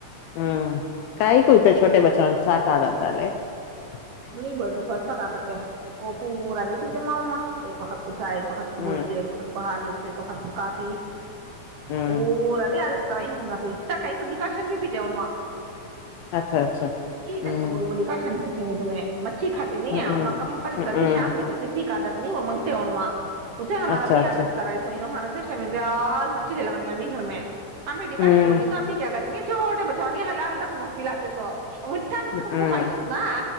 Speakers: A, on the left; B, on the right.
A: ہوں کئی کوئی تو چھوٹے بچا چ ک آ رہاتالے <unintelligible>
B: نہیں بولتے سوچھا کا کاتے وہ پورا بھی پتے ماون میںا ایک وقت کو چاہ ایک وقت
A: ہوں
B: گوش ایک وقت پہار لی <unintelligible> کہ خت تو کافی <unintelligible>
A: ہوں
B: اووردے آگ <unintelligible> نا اتنا کا پر ڈیکاشن بھیتے اناں <unintelligible>
A: اچھا اچھا
B: کی
A: ہوں
B: کرتا بول گو ڈکاشن <unintelligible> ہ <inaudible> ہم میں <unintelligible> مچھی کاتی نہیں
A: ہ ہ
B: کمپلسری
A: ہ
B: شام میں کہ ت ت کاادت <unintelligible> نہیں منتی اونما <unintelligible> اسے ہمارا
A: اچھا
B: م ع
A: اچھا
B: آادت کرا سوار <unintelligible> چھے لگیں گے ہمیں گھر میں <unintelligible> امی ڈکاشن
A: ہ
B: مگے تو ہممی کیا کر گ چھوے بچے <unintelligible> چنی حلہ حلک نبلا ت سو <unintelligible> مٹگ
A: ہ
B: تو سوپ کائسد نا